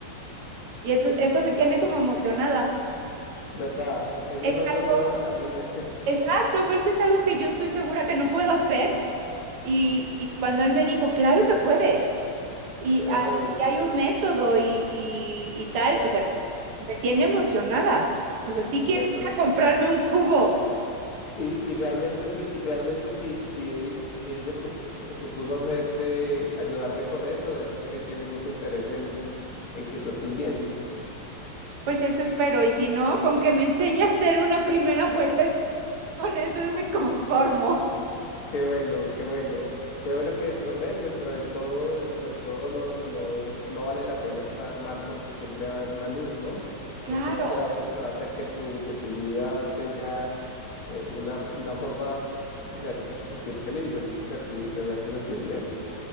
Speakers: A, on the right; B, on the left.
A: Y ento- eso me tiene como emocionada.
B: verdad, eso
A: Es
B: es algo
A: algo,
B: nuevo de la vida,
A: exacto, pero es que es algo que yo estoy segura que no puedo hacer. Y, y cuando él me dijo, claro que puedes.
B: <laughs>
A: Y,
B: claro,
A: ah,
B: y
A: y hay un método y, y, y tal, o sea, me tiene emocionada. O sea, sí
B: bueno,
A: quiero ir a comprarme un cubo,
B: y, y realmente sí, y realmente sí, si él... Si él se propu- se propuso hacerte, ayudarte con eso, debe ser que tiene mucho interés en, en que tú estés bien.
A: pues eso espero. Y si no, con que me enseñe a hacer una primera vuelta, es- con eso me conformo.
B: Qué bueno, qué bueno. Qué bueno que dentro, ves, dentro de todo, dentro de todo no, no, no vale la pena estar mal porque siempre va a haber una luz, ¿no?
A: Claro.
B: Siempre va a haber algo que va a hacer que tu, que tu vida tenga eh, una, una forma de hacerte sentir feliz, de hacerte sentir, de hacerte sentir bien.